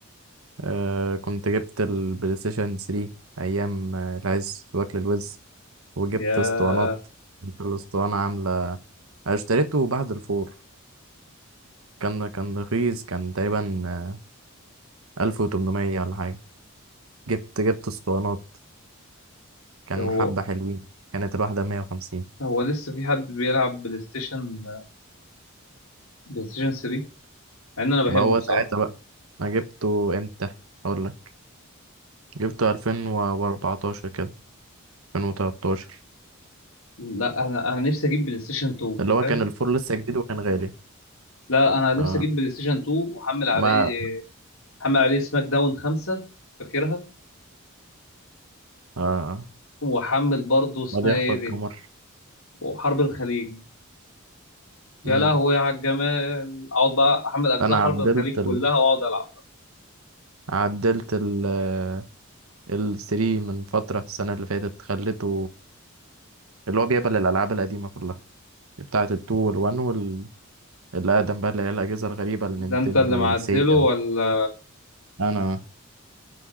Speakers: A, on the right (about 85°); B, on the left (about 90°).
A: آه كنت جبت البلاي ستيشن 3 ايام آه، العز واكل الوز وجبت
B: يا
A: اسطوانات كنت الاسطوانة عاملة آه، اشتريته بعد الفور كان كان رخيص كان تقريبا آه، ألف وتمنمية ولا حاجة جبت جبت اسطوانات كان
B: هو
A: حبة حلوين كانت الواحدة مية وخمسين
B: هو لسه في حد بيلعب بلاي ستيشن بلاي ستيشن 3 مع ان انا بحبه
A: ما هو
B: بصراحه
A: ساعتها بقى انا جبته امتى اقول لك جبته 2014 كده 2013
B: لا انا انا نفسي اجيب بلاي ستيشن 2
A: اللي هو
B: فاهم
A: كان الفور لسه جديد وكان غالي
B: لا انا نفسي
A: اه
B: اجيب بلاي ستيشن 2 واحمل عليه
A: ما
B: احمل عليه سماك داون 5 فاكرها
A: اه
B: واحمل برضه اسمها
A: ما دي اخفى
B: ايه
A: القمر
B: دي وحرب الخليج يا
A: مم.
B: لهوي على الجمال اقعد بقى احمل اجزاء
A: انا
B: حرب
A: عدلت
B: الخليج
A: ال...
B: كلها واقعد العب
A: عدلت ال آه، ال 3 من فترة السنة اللي فاتت خليته اللي هو بيقبل الألعاب القديمة كلها بتاعة ال 2 وال 1 وال اللي أقدم بقى اللي هي الأجهزة الغريبة النينتندو
B: ده انت اللي معدله
A: والسيجا بقى.
B: ولا
A: أنا